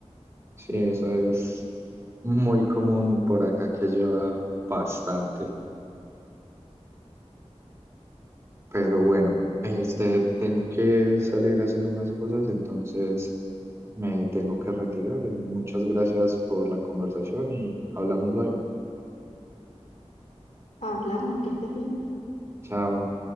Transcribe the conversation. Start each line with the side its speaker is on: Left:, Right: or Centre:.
Right: sí, eso es muy común por acá que lleva bastante. Pero bueno, este, tengo que salir a hacer unas cosas, entonces me tengo que retirar. Eh, Muchas gracias por la conversación y hablamos luego.
Left: Hablamos, que estés bien.
Right: Chao.